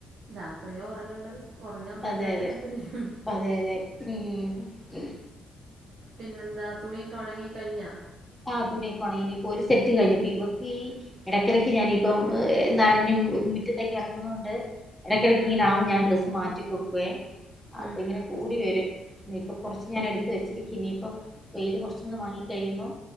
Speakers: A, on the right; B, in the centre.
A: രാത്രിയാ ഉറങ്ങേണ്ടത് ഉറങ്ങാൻ പറ്റാത്തവരെന്തര്
B: അതെ അതെ
A: ചെയ്യും
B: അതെ അതെ ഉം ഉം
A: പിന്നെന്താ തുണിയൊക്കെ ഉണങ്ങി കഴിഞ്ഞാ
B: ആ തുണിയൊകൊണങ്ങി ഇനിയിപ്പോൾ ഒരു സെറ്റ് കഴിഞ്ഞു ഇപ്പോൾ ഇവക്ക് ഈ ഇടയ്ക്കിടയ്ക്ക് ഞാനിപ്പം ഏ നനഞ്ഞും മുടറ്റത്തേക്ക് ഇറങ്ങുണോണ്ട് ഇടയ്ക്കിടക്ക്
A: ഉം
B: ഇങ്ങനെ ആകും ഞാൻ ഡ്രസ്സ് മാറ്റി കൊടുക്കുവേ അപ്പൊ
A: ഉം
B: ഇങ്ങനെ
A: ഉം
B: കൂടി വരും ഇനിയിപ്പൊ കൊറച്ച് ഞാൻ എടുത്ത് വെച്ചിരിക്ക ഇനിയിപ്പൊ വെയിയില് കുറച്ചൊന്ന് മങ്ങി കഴിയുമ്പോ